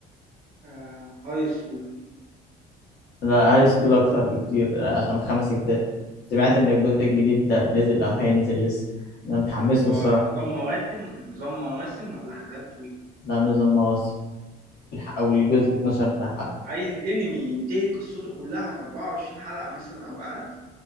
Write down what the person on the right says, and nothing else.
آه هاي سكول
هو
نظام مواسم نظام مواسم ولا حلقات طويلة
عايز انمي ينتهي قصته كلها في 24 حلقة مثلا أو أقل